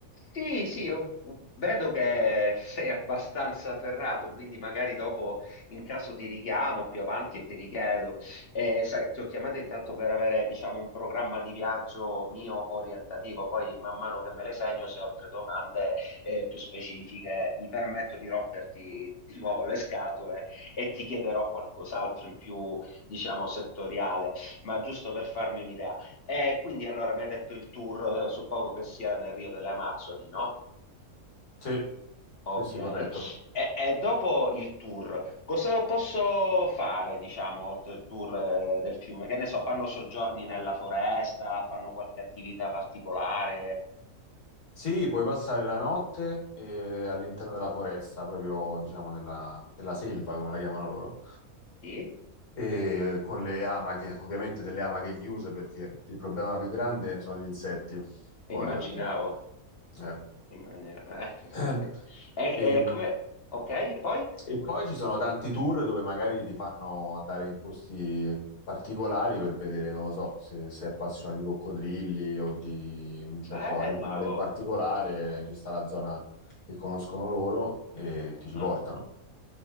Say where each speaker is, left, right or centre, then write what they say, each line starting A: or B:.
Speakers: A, on the left; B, on the left.
A: Sì, sì, io vedo che sei abbastanza ferrato, quindi magari dopo in caso ti richiamo più avanti e te li chiedo. Eh, sai, ti ho chiamato intanto per avere, diciamo, un programma di viaggio mio orientativo, poi man mano che me le segno, se ho altre domande eh, più specifiche, mi permetto di romperti di nuovo le scatole e ti chiederò qualcos'altro in più, diciamo, settoriale, ma giusto per farmi un'idea. E quindi allora mi hai detto il tour, eh, suppongo che sia nel Rio delle Amazzoni, no?
B: Sì,
A: Ok,
B: sì, sì,
A: e,
B: corretto.
A: e dopo il tour, cosa posso fare, diciamo, oltre il tour eh, del fiume? Che ne so, fanno soggiorni nella foresta, fanno qualche attività particolare?
B: Sì, puoi passare la notte eh, all'interno della foresta, proprio diciamo nella, nella selva, come la chiamano loro,
A: Sì,
B: e con le amache, ovviamente delle amache chiuse perché il problema più grande sono gli insetti, poi
A: immaginavo,
B: perché... eh.
A: immaginavo. <laughs>
B: <clears throat>
A: E,
B: E,
A: e come... Ok, e poi?
B: E poi ci sono tanti tour dove magari ti fanno andare in posti particolari per vedere, non lo so, se sei appassionato di coccodrilli o di un
A: Bello!
B: certo animale in particolare, ci sta la zona che conoscono loro e
A: Ah.
B: ti ci portano.